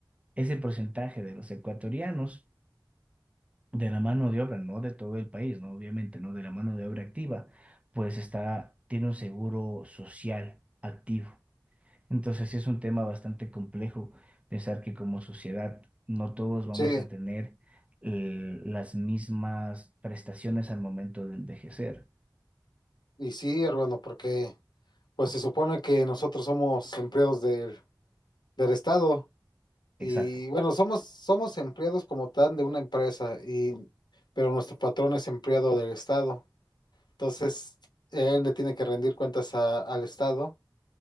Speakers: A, on the right; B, on the left.
A: ese porcentaje de los ecuatorianos de la mano de obra, no de todo el país, ¿no? Obviamente, ¿no? De la mano de obra activa, pues está, tiene un seguro social activo. Entonces, sí es un tema bastante complejo pensar que como sociedad no todos vamos
B: Sí,
A: a tener eh, las mismas prestaciones al momento de envejecer.
B: y sí, hermano, porque pues se supone que nosotros somos empleados del, del Estado y
A: Exacto.
B: bueno, somos, somos empleados como tal de una empresa y pero nuestro patrón es empleado del Estado. Entonces, él le tiene que rendir cuentas a- al Estado